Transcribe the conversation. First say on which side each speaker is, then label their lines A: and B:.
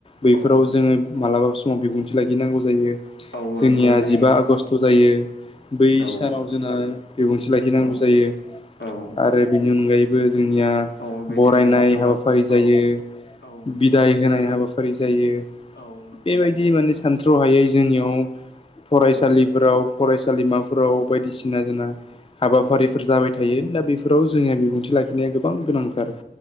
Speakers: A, on the left; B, on the left.
A: बैफोराव
B: औ
A: जोङो मालाबा समाव बिबुं बुंथि लाखिनांगौ जायो
B: औ
A: जोंनिया
B: नंगौ जायो
A: जिबा आगष्ट जायो बै
B: औ
A: सानाव जोंना बिबुंथि लाखिनांगौ
B: औ
A: जायो
B: औ
A: आरो बेनि अनगायैबो जोंनिया
B: औ बेनि
A: बरायनाय
B: अनगायैबो गोबां
A: हाबाफारि जायो
B: औ औ
A: बिदाय होनाय हाबाफारि जायो
B: औ नंगौ
A: बेबायदि माने सानथ्र' हायै जोंनियाव फरायसालि
B: औ
A: फोराव फरायसालिमाफोराव बायदिसिना जोंना हाबाफारिफोर
B: औ
A: जाबाय थायो दा बेफोराव जोङिया बिबुंथि लाखिनाया गोबां गोनांथार